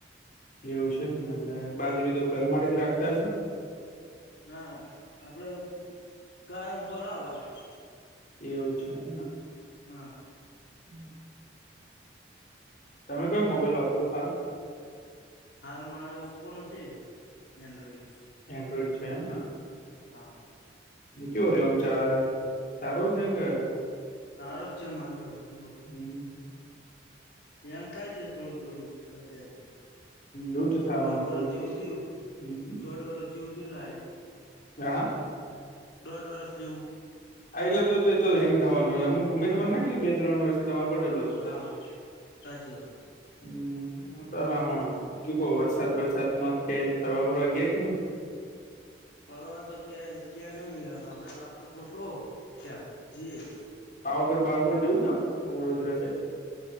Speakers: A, on the left; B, on the left.
A: એવું છે, એમ ને એટ બાજુરી
B: હા
A: તો ઘર માટે જ રાખતા <unintelligible> ને.
B: ના આપડે ગાયન <unintelligible>
A: એ એવું છે <unintelligible>
B: હા.
A: હમ. તમે કયો મોબાઈલ વાપરો છો હાલ.
B: હાલ મારે <unintelligible> છે. એન્ડ્રોઈડ
A: એન્ડ્રોઈડ છે, એમને.
B: હા.
A: કયો <unintelligible> સારો છે, કે.
B: સારો જ છે, માર ભાઈ લો.
A: હમ
B: <unintelligible> થાય છે, થોડુંક થોડુંક અત્યાર
A: એવું તો થવાનું
B: દોઢ વરષ
A: થોડું
B: જેવું થયું
A: થોડું
B: દોઢ વરષ જેવું તયું <unintelligible>
A: <inaudible>
B: દોઢ વરસ જવું.
A: હા એટલે તો તો હેંગ થવાનુંમું ગમે મને નાખીું બે ત્રણ વર્ષથી તમારે બદલું હતું.
B: હા હા હા સાચી વાત.
A: હું <unintelligible> બીજું કહ વરસાદ વરસાદ માં ક્યાંય ફરવા ફરવા ગયા નહી.
B: ફરવા તો ક્યાં ક્યાં નહી હવે આપડે ગોઠવો ક્યાંક <unintelligible>
A: પાવાગઢ બાવાગઢ જવું <unintelligible> વડોદરા સાઈડ.